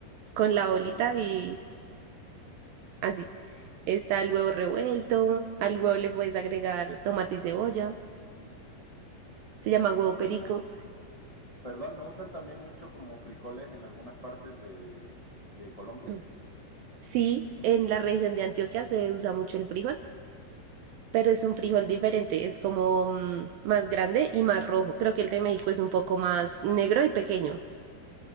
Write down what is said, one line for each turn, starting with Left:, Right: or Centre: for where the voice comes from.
Right: con la bolita
Left: Sí.
Right: y así. Está el huevo revuelto, al huevo le puedes agregar tomate y cebolla, se llama huevo
Left: Oye,
Right: perico.
Left: no, perdón, ¿no usan también mucho como frijoles en algunas partes de, de Colombia?
Right: Mm. Sí, en la región de Antioquia se usa mucho el frijol, pero es un frijol
Left: Ah.
Right: diferente, es como mm, más grande y más rojo. Creo que el de México es un poco más negro y pequeño.